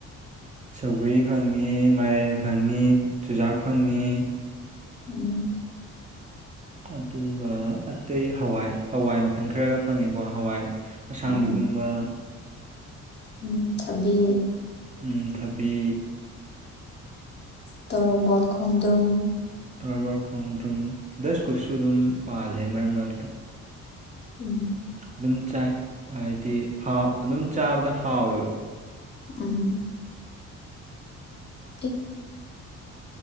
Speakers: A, on the right; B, on the left.
A: ꯁꯧꯒ꯭ꯔꯤ ꯐꯪꯉꯤ ꯃꯥꯏꯔꯦꯟ ꯐꯪꯉꯤ ꯆꯨꯖꯥꯛ ꯐꯪꯉꯤ
B: ꯎꯝ
A: ꯑꯗꯨꯒ ꯑꯇꯩ ꯍꯋꯥꯏ ꯍꯋꯥꯏ ꯃꯈꯜ ꯈꯔꯒ ꯐꯪꯉꯦꯀꯣ ꯍꯋꯥꯏ ꯑꯁꯥꯡꯕꯤꯒꯨꯝꯕ
B: ꯎꯝ ꯎꯝ ꯊꯕꯤ
A: ꯎꯝ ꯊꯕꯤ
B: ꯇꯧꯔꯕꯣꯠ ꯈꯣꯡꯗ꯭ꯔꯨꯝ
A: ꯇꯣꯔꯣꯕꯔ ꯈꯣꯡꯗ꯭ꯔꯨꯝ ꯗꯁ ꯀꯨꯠꯁꯨ ꯑꯗꯨꯝ ꯄꯥꯜꯂꯦ ꯃꯔꯛ ꯃꯔꯛꯇ
B: ꯎꯝ
A: ꯑꯗꯨꯝ ꯆꯥꯏ ꯍꯥꯏꯗꯤꯥ ꯍꯥꯎ ꯑꯗꯨꯝ ꯆꯥꯕꯗ ꯍꯥꯎꯋꯦ
B: ꯎꯝ ꯑꯦ